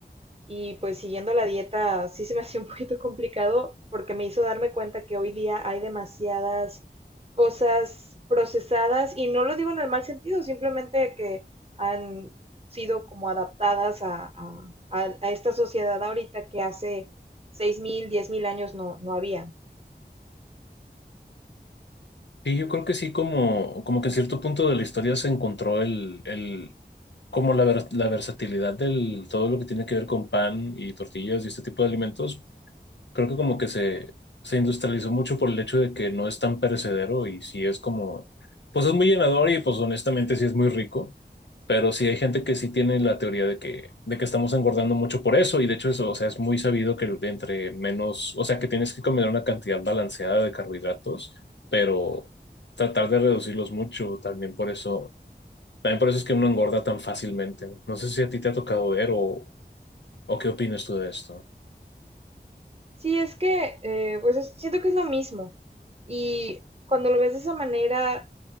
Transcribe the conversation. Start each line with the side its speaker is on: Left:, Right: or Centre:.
Right: y pues siguiendo la dieta sí se me hacía un <laughs> poquito complicado porque me hizo darme cuenta que hoy día hay demasiadas cosas procesadas y no lo digo en el mal sentido, simplemente que han sido como adaptadas a, a- a- a esta sociedad ahorita que hace seis mil diez mil años no, no había.
Left: Y yo creo que sí, como, como que en cierto punto de la historia se encontró el, el, como la, vers- la versatilidad del todo lo que tiene que ver con pan y tortillas y este tipo de alimentos, creo que como que se, se industrializó mucho por el hecho de que no es tan perecedero y sí es como, pues es muy llenador y pues honestamente sí es muy rico, pero sí hay gente que sí tiene la teoría de que, de que estamos engordando mucho por eso y de hecho eso, o sea, es muy sabido que entre menos, o sea, que tienes que comer una cantidad balanceada de carbohidratos, pero tratar de reducirlos mucho también por eso, también por eso es que uno engorda tan fácilmente. No sé si a ti te ha tocado ver o, o qué opinas tú de esto.
Right: Sí, es que, eh, pues es- siento que es lo mismo. Y cuando lo ves de esa manera,